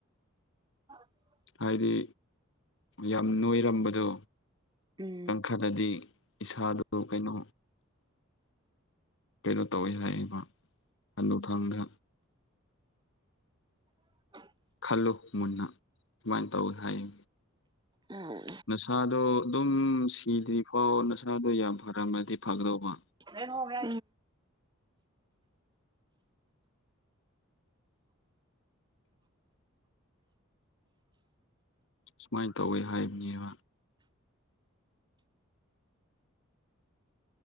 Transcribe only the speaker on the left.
ꯍꯥꯏꯗꯤ ꯌꯥꯝ ꯅꯣꯏꯔꯝꯕꯗꯣ
ꯀꯪꯈꯗꯗꯤ ꯏꯁꯥꯗꯨ ꯀꯩꯅꯣ ꯀꯩꯅꯣ ꯇꯧꯋꯦ ꯍꯥꯏꯌꯦꯕ ꯍꯅꯨꯊꯪꯗ
ꯈꯜꯂꯨ ꯃꯨꯟꯅ ꯁꯨꯃꯥꯏꯅ ꯇꯧꯋꯤ ꯍꯥꯏꯌꯦ
ꯅꯁꯥꯗꯣ ꯑꯗꯨꯝ ꯁꯤꯗ꯭ꯔꯤ ꯐꯥꯎ ꯅꯁꯥꯗꯣ ꯌꯥꯝ ꯐꯔꯝꯃꯗꯤ ꯐꯗꯧꯕ
ꯁꯨꯃꯥꯏꯅ ꯇꯧꯋꯤ ꯍꯥꯏꯕꯅꯦꯕ